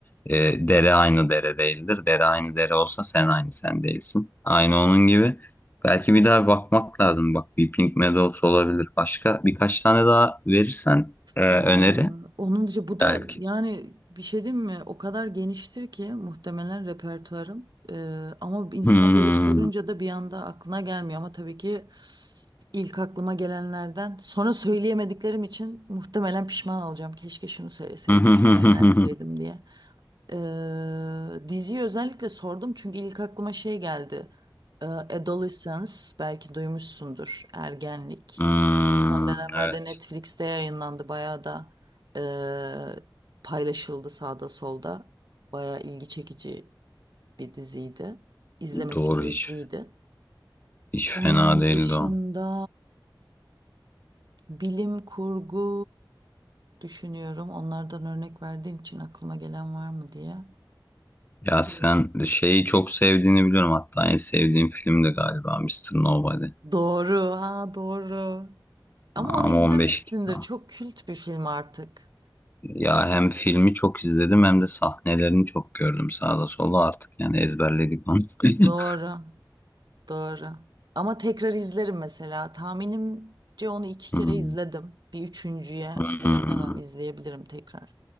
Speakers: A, on the left; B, on the right.
A: e, dere aynı dere değildir. Dere aynı dere olsa sen aynı sen değilsin. Aynı onun gibi. Belki bir daha bakmak lazım. Bak bir Pink Meadows olabilir. Başka birkaç tane daha verirsen e, öneri
B: Aa, onun dışı bu da
A: belki.
B: yani bir şey diyeyim mi? O kadar geniştir ki muhtemelen repertuarım. Ee, ama insan
A: Hmm.
B: böyle sorunca da bir anda aklına gelmiyor. Ama tabii ki ilk aklıma gelenlerden sonra söyleyemediklerim için muhtemelen pişman olacağım. Keşke şunu söyleseydim,
A: <laughs>
B: şunu önerseydim diye. Ee, diziyi özellikle sordum çünkü ilk aklıma şey geldi. Ee, Adolescence belki duymuşsundur. Ergenlik.
A: Hmm,
B: Son dönemlerde
A: evet.
B: Netflix'te yayınlandı. Bayağı da eee, paylaşıldı sağda solda. Bayağı ilgi çekici bir diziydi. İzlemesi
A: Doğru
B: keyifliydi.
A: hiç. Hiç fena
B: Onun
A: değildi
B: dışında
A: o.
B: bilim kurgu düşünüyorum. Onlardan örnek verdiğin için aklıma gelen var mı diye.
A: Ya sen
B: Evet.
A: şeyi çok sevdiğini biliyorum. Hatta en sevdiğin film de galiba Mister Nobody.
B: Doğru, ha doğru. Ama
A: Ama
B: onu izlemişsindir.
A: 15 kilo.
B: Çok kült bir film artık.
A: Ya hem filmi çok izledim hem de sahnelerini çok gördüm sağda solda artık yani ezberledik onu. <laughs>
B: Doğru. Doğru. Ama tekrar izlerim mesela. Tahminimce onu iki
A: Hmm,
B: kere izledim. Bir üçüncüye
A: hmm.
B: hayır demem izleyebilirim tekrar.